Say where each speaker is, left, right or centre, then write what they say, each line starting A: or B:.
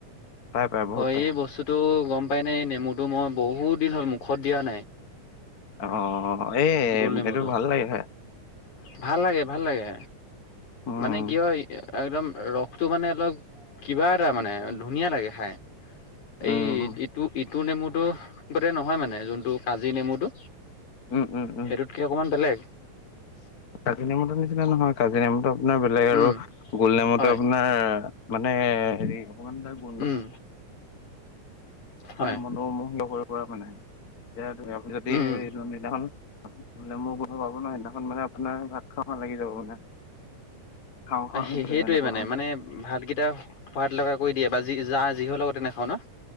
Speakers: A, on the left (about 45°); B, on the left (about 65°).
A: পাই পাই বহুত
B: অ,
A: পাই
B: এই বস্তুতটো গম পাই, নাই, নেমুতটো মই বহুত দিন হ'ল, মুখত দিয়া নাই।
A: অ, এই,
B: গোল নেমুটো।
A: এইটো ভাল লাগে খায়।
B: ভাল লাগে, ভাল লাগে,
A: উম
B: মানে কি হয়। একদম ৰসটো মানে অলপ কিবা এটা মানে ধুনীয়া লাগে খাই।
A: উম
B: এই
A: উম
B: ইটো, ইটো নেমুটো গোটেই নহয় মানে যোনটো কাজি নেমুটো
A: উম উম উম
B: সেইটোতকে অকমান বেলেগ।
A: কাজি নেমতো নিছিলে নহয় কাজিৰ নমুটো আপোনাৰ বেলেগ আৰু
B: উম
A: গোল নমুতো
B: হয়
A: আপোনাৰ মানে হেৰি অকমান তাই গোন্ধ
B: উম হয়
A: মনোমোহ কৰিব পৰা মানে আমি যদি
B: উম
A: নিদিন <unintelligible> বোলে মোৰ বোধ পাব ন, সেইদিনাখন মানে আপোনাৰ‌ সাতশ খ, লাগি যাব মানে। খাওঁ খাওঁ
B: অ,
A: লাগি
B: সেইটোৱে
A: যাব এনেকুৱা
B: মানে মানে ভাতকেইটা সোৱাদ লগা কৰি দিয়ে বা যি, যা, যিহৰ লগতে নাখাওঁ ন।